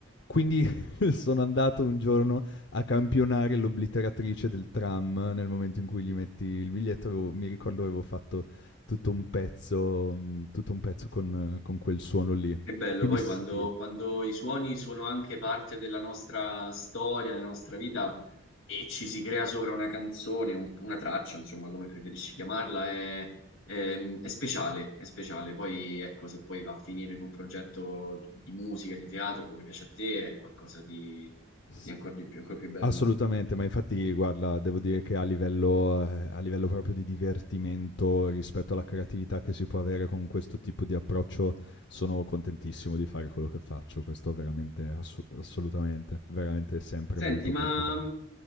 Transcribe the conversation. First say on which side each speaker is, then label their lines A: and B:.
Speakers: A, on the left; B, on the left.
A: Quindi <laughs> sono andato un giorno a campionare l'obliteratrice del tram nel momento in cui gli metti il biglietto, avevo mi ricordo avevo fatto tutto un pezzo, mhmm, tutto un pezzo con con quel suono lì.
B: Che bello,
A: Quindi
B: poi
A: sì,
B: quando, quando i suoni sono anche parte della nostra storia, della nostra vita e ci si crea sopra una canzone, un- una traccia, insomma, come preferisci chiamarla, è, è- è speciale, è speciale. Poi ecco, se poi va a finire in un progetto di musica, di teatro, come piace a te, è qualcosa di,
A: s
B: di ancora di più, ancora più bello.
A: assolutamente, ma infatti guarda, devo dire che a livello ehm, a livello proprio di divertimento rispetto alla creatività che si può avere con questo tipo di approccio, sono contentissimo di fare quello che faccio. Questo veramente assu assolutamente, veramente sempre
B: Senti,
A: molto,
B: ma
A: molto bello.
B: mm,